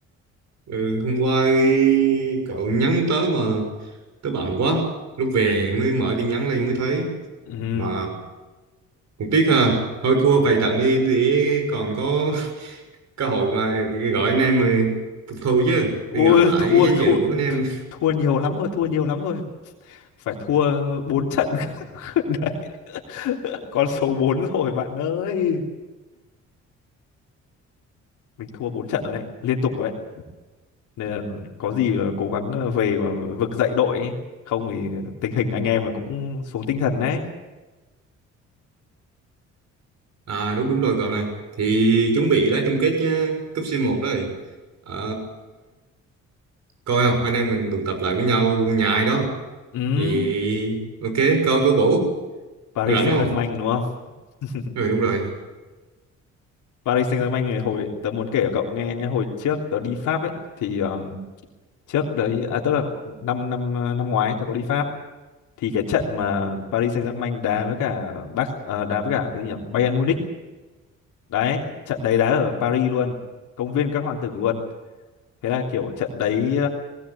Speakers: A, on the right; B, on the left.
A: ừ. Hôm qua cậu nhắn tới mà tới bận quá. Lúc về
B: ừ
A: mới mở tin nhắn lên mới thấy.
B: ừ
A: Mà cũng tiếc ha. Thôi thua vài trận đi thì còn có <laughs> cơ hội mà gọi anh em mà phục thù chứ.
B: ôi
A: Để gỡ lại
B: thua
A: cái danh
B: thua
A: dự của anh em.
B: thua nhiều lắm rồi thua nhiều lắm rồi phải thua 4 trận <laughs> đấy con số 4 rồi bạn ơi mình thua 4 trận rồi đấy liên tục rồi đấy nên là có gì là cố gắng ờ, về mà vực dậy đội ấy. không thì tình hình anh em là cũng xuống tinh thần đấy
A: À đúng đúng rồi cậu này thì chuẩn bị đá chung kết nhá, cúp C1 đấy Ờ, coi không anh em mình tụ tập lại với nhau nhà ai đó
B: ừ.
A: thì ok coi cô Vũ
B: Paris
A: rảnh
B: Saint-Germain
A: không
B: đúng không <laughs>
A: ừ đúng rồi
B: Paris Saint-Germain này hồi tớ muốn kể cho cậu nghe nhé hồi trước tớ đi Pháp ấy thì um, trước đấy à, tức là năm năm à, năm ngoái ấy, tớ có đi Pháp thì cái trận mà Paris Saint-Germain đá với cả Bác à, đá với cả cái gì nhỉ Bayern Munich đấy trận đấy đá ở Paris luôn công viên các hoàng tử luôn thế là kiểu trận đấy